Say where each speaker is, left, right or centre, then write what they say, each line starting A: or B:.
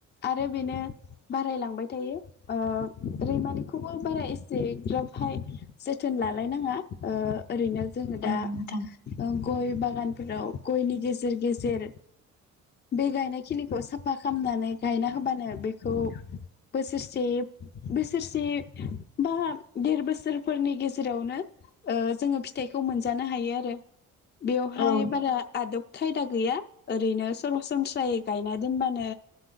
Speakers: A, on the left; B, on the left.
A: आरो बेनो बारायलांबाय थायो ओ रैमानिखौबो बारा एसे ग्राबहाय जोथोन लालायनाङा ओ ओरैनो जोङो दा
B: औ नोंथां
A: ओ गय बागानफोराव गयनि गेजेर गेजेर बे गायनायखिनिखौ साफा खालामनानै गायना होबानो बेखौ बोसोरसे बोसोरसे बा देर बोसोरफोरनि गेजेरावनो ओ जोङो फिथाइखौ मोनजानो हायो आरो। बेवहाय
B: औ
A: बारा आदब खायदा गैया। ओरैनो सरासनस्रायै गायना दोनबानो